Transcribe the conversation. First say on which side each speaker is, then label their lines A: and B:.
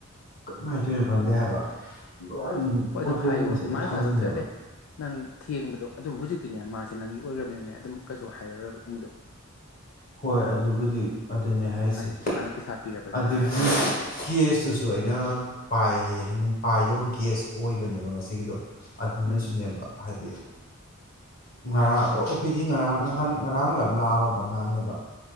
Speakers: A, on the left; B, on the left.
A: ꯀꯝꯥꯏꯇꯣꯏꯅꯣ ꯈꯪꯗꯦ ꯍꯥꯏꯕ ꯂꯣꯏ
B: ꯍꯣꯏ ꯑꯗꯨ
A: ꯑꯣꯇꯣꯒꯨꯝꯕꯁꯦ
B: ꯍꯥꯏꯌꯣ
A: ꯍꯦꯛꯇ
B: ꯃꯥꯅꯁꯨ
A: ꯊꯥꯝꯖꯤꯜꯂꯦꯕ
B: ꯍꯥꯏꯐꯝ ꯑꯃ ꯊꯣꯛꯑꯦꯕ ꯑꯦ ꯅꯪ ꯊꯦꯡꯕꯗꯣ ꯑꯗꯨꯕꯨ ꯍꯧꯖꯤꯛ ꯑꯗꯨꯅꯦ ꯃꯥꯁꯦ ꯅꯪꯒꯤ ꯑꯣꯏꯈ꯭ꯔꯕꯅꯤꯅꯅꯦ ꯑꯗꯨꯝ ꯀꯩꯁꯨ ꯍꯥꯏꯔꯔꯣꯏꯕ ꯑꯗꯨꯨꯝꯝꯕꯗꯣ
A: ꯍꯣꯏ ꯑꯗꯨꯕꯨꯗꯤ ꯑꯗꯨꯅꯦ ꯍꯥꯏꯁꯦ
B: ꯑꯗꯨꯝ ꯍꯥꯏꯗꯤ ꯃꯥꯅ ꯄꯩꯁꯥ ꯄꯤꯔꯕꯅꯤꯅ
A: ꯑꯗꯒꯤ
B: ꯍꯥꯏꯔ ꯑꯗꯨꯃꯥꯏꯅ ꯃꯣꯏꯁꯨ
A: ꯀꯦꯁꯇꯨꯁꯨ ꯑꯩꯅ ꯄꯥꯏ ꯄꯥꯏꯗꯧꯕ ꯀꯦꯁꯇꯣ ꯑꯣꯏꯕꯅꯦꯕ ꯉꯁꯤꯒꯤꯗꯣ ꯑꯗꯨꯅꯁꯨꯅꯦꯕ
B: ꯎꯝ
A: ꯍꯥꯏꯗꯤ ꯉꯔꯥꯡ ꯑꯣ ꯄ ꯗꯤ ꯉꯔꯥꯡ ꯅꯍꯥꯟ ꯉꯔꯥꯡ ꯂ ꯂꯥꯛꯑꯕ ꯉꯥꯡꯅꯦꯕ ꯕꯥ